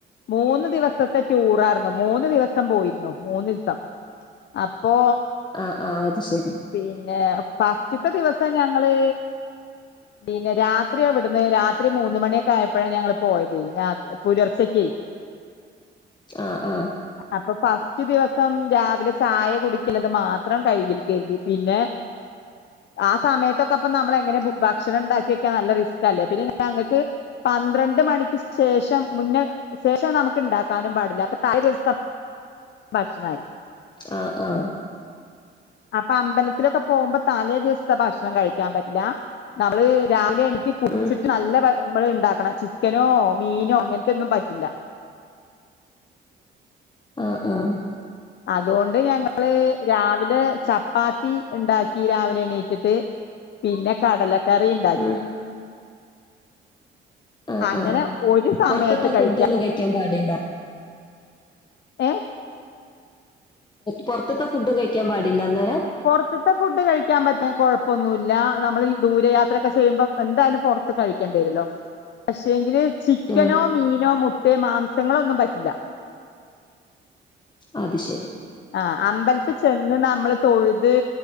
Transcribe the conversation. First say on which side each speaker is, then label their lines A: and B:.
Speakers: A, on the left; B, on the left.
A: മൂന്ന് ദിവസത്തെ ടൂറായിരുന്നു മൂന്ന് ദിവസം പോയിരുന്നു മൂന്ന് ദിവസം അപ്പോ
B: ആഹ് ആഹ് അത്ശരി
A: പിന്നെ ഫസ്റ്റത്തെ ദിവസം ഞങ്ങള് പിന്നെ രാത്രി ഇവിടുന്ന് രാത്രി മൂന്ന് മണിയൊക്കെ ആയപ്പോഴ ഞങ്ങൾ പോയത് രാത്രി പുലർച്ചക്ക്
B: ആഹ് ആഹ്
A: അപ്പോ ഫസ്റ്റ് ദിവസം രാവിലെ ചായ കുടിക്കലത് മാത്രം കഴിയി കരുതി പിന്നെ ആ സമയത്തൊക്കെ അപ്പം നമ്മള് എങ്ങനെ ഭക്ഷണം ഉണ്ടാക്കി വെക്കാൻ നല്ല റിസ്കല്ലെ പിന്നെ ഞങ്ങൾക്ക് പന്ത്രണ്ട് മണിക്ക് ശേഷം മുന്നെ ശേഷം നമുക്ക് ഉണ്ടാക്കാനും പാടില്ല അപ്പോ തലേ ദിവസം ഭക്ഷണമായിരി
B: ആഹ് ആഹ്
A: അപ്പോ അമ്പലത്തിലൊക്കെ പോകുമ്പോ താലേ ദിവസത്തെ ഭക്ഷണം കഴിക്കാൻ പറ്റില്ല നമ്മള് രാവിലെ എടക്ക് ഉച്ചക്ക
B: ഉം
A: നല്ല നമ്മള് ഇണ്ടാക്കണം ചിക്കനോ മീനോ അങ്ങനത്തെ ഒന്നും പറ്റില്ല
B: ആഹ് ആഹ്
A: അതുകൊണ്ട് ഞങ്ങള് രാവിലെ ചപ്പാ ചപ്പാത്തി ഉണ്ടാക്കി രാവിലെ എണീറ്റിട്ട് പിന്നെ കടലക്കറി ഉണ്ടാക്കി
B: ഉം ആ
A: അങ്ങനെ
B: ആ
A: ഒരു സമയത്ത്
B: പുറത്തത്തെ
A: കഴിക്കാൻ
B: ഫുഡൊന്നും പാടില്ല
A: ഏഹ്
B: പൊറത്തുത്തെ ഫുഡും കഴിക്കാൻ പാടില്ല അന്നേരം
A: പുറത്തത്തെ ഫുഡ് കഴിക്കാൻ പറ്റും കൊഴപ്പൊന്നുമല്ല നമ്മൾഈ ദൂരയാത്രയൊക്കെ ചെയ്യുമ്പോൾ എന്തായാലും പുറ കഴിക്കേണ്ടി വരുല്ലോ പക്ഷെങ്കില് ചിക്കനോ
B: ആ
A: മീനോ മുട്ടേ മാംസങ്ങളോ ഒന്നും പറ്റില്ല
B: അത്ശരി
A: ആഹ് അമ്പലത്തി ചെന്ന് നമ്മള് തൊഴുത്